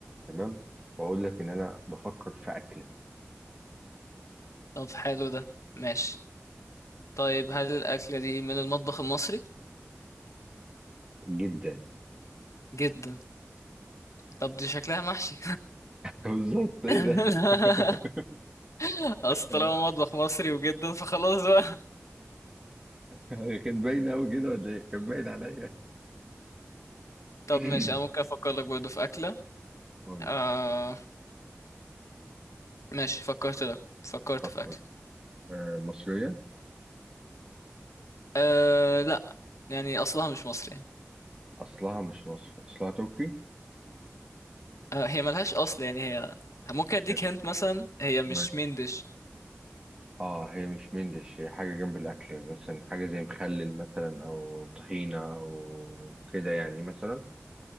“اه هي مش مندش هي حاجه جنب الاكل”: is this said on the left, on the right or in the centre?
Right